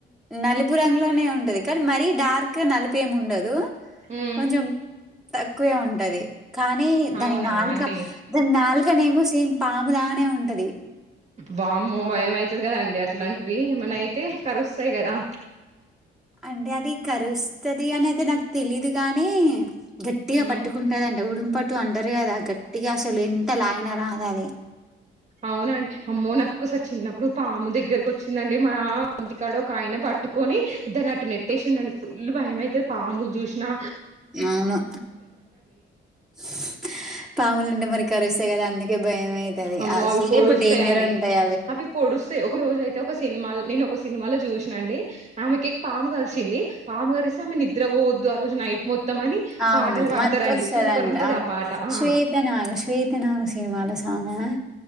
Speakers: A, in the centre; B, on the right.
A: నలుపు బు రంగు లోనే ఉంటది కానీ మరీ డార్క్ నలుపు ఏమి ఉండదు
B: మ్మ్
A: కొంచెం తక్కువే ఉంటది కానీ దాని
B: అవునా
A: నాలుక
B: అండి
A: దాని నాలుకనే ఏమో సేమ్ పాములానే ఉంటది
B: వామ్మో భయం అవుతది కదాం అట్లాంటివి ఏమన్నా అయితే కరుస్తాయి కదా
A: అంటే అది కరుస్ స్తది అనైతే నాకు తెలీదు గానీ గట్టిగా
B: మ్మ్
A: పట్టుకుంటదంట ఉడుం పట్ టు అంటరు గదా గట్టిగా అసలు ఎంత లాగిన రాదు అది
B: అవునాన్చ్ అమ్మో నాకు ఒకసారి చిన్నప్పుడు పాము దగ్గరకి వచ్చిందండి మా ఇంటికాడ ఒకాయన పట్టుకొని దాన్ని అటు నెట్టేసిండండి ఫుల్ భయమైతది పాము జూసినా
A: అవును స్ పాములుంటే మరి కరుస్తయి కదా అందుకే భయం అయితది
B: అమ్మో
A: అసలుకే
B: అవి పొడుస్తయ్
A: ఇప్పుడు డేంజర్
B: అండి
A: ఉంటాయి
B: అవి పొడుస్తయ్ ఒక రోజు అయితే ఒక సినిమాల్ నెను ఒక సినిమాలో జూసిన అండి ఆమెకి పాము కరిసింది పాము కరిస్తే ఆమె నిద్ర పోవద్ ద్ ఆ రోజు నైట్ మొత్తం అని
A: ఆవును
B: పాటలు పాడతారండి
A: మత్తోస్త
B: సూపర్
A: అంటా
B: ఉంటది
A: అవును
B: ఆ పాట ఆ
A: శ్వేతనాగు శ్వేతనాగు సినిమాల బాగున్నారా